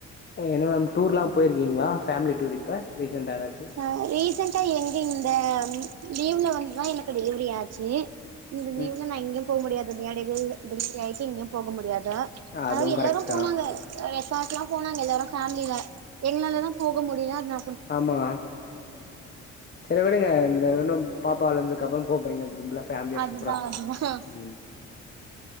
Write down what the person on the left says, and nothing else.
என்ன மேம் டூர்லா போயிருக்கீங்ளா ஃபேமிலி டூர் இப்ப ரீசெண்டா எதாச்சு
ம்
அதுவும்
கரெக்ட்
தான்
ஆமா சரி விடுங்க இந்த இன்னும் பாப்பா வளந்தக்கப்பறோம் போவ் போறீங்க கும்பலா ஃபேமிலியா
சூப்பரா
ம்